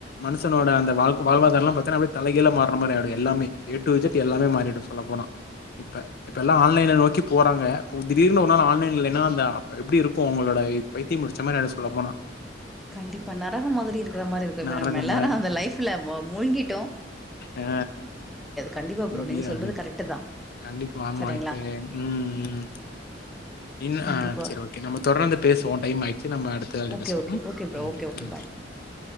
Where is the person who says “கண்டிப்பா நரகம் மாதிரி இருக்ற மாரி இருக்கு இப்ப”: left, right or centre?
Centre